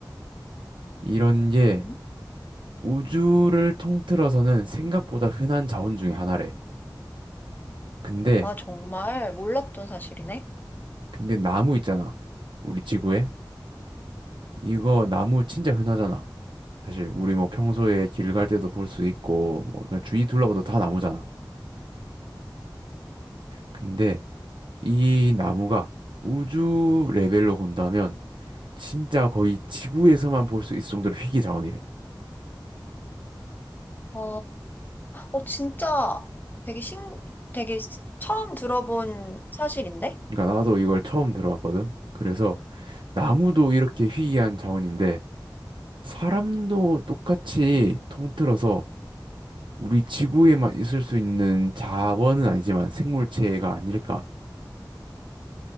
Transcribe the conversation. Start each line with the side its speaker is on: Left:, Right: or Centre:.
Right: 이런 게
Left: 음.
Right: 우주를 통틀어서는 생각보다 흔한 자원 중에 하나래. 근데
Left: 아, 정말 몰랐던 사실이네.
Right: 근데 나무 있잖아. 우리 지구에 이거 나무 진짜 흔하잖아. 사실 우리 뭐 평소에 길 갈 때도 볼 수 있고 뭐 그냥 주위 둘러봐도 다 나무잖아. 근데 이 나무가 우주 레벨로 본다면 진짜 거의 지구에서만 볼 수 있을 정도로 희귀 자원이래.
Left: 어, 어, 진짜 되게 신, 되게 스- 처음 들어본 사실인데?
Right: 그러니까 나도 이걸 처음 들어봤거든. 그래서 나무도 이렇게 희귀한 자원인데 사람도 똑같이 통틀어서 우리 지구에만 있을 수 있는 자원은 아니지만 생물체가 아닐까.